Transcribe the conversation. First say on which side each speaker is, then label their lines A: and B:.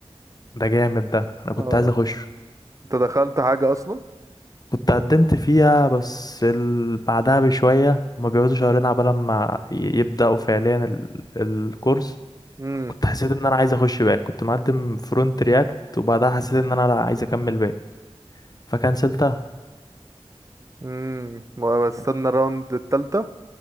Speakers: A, on the left; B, on the right.
A: ده جامد ده انا
B: اه
A: كنت عايز اخش
B: انت دخلت حاجة اصلا
A: كنت قدمت فيها بس ال... بعدها بشوية هما بيقعدوا شهرين عبال ما ي- يبدأوا فعليا ال... الكورس
B: امم
A: كنت حسيت ان انا عايز اخش باك كنت مقدم فرونت رياكت وبعدها حسيت ان انا لا عايز اكمل باك فكنسلتها
B: امم بستنى الراوند التالتة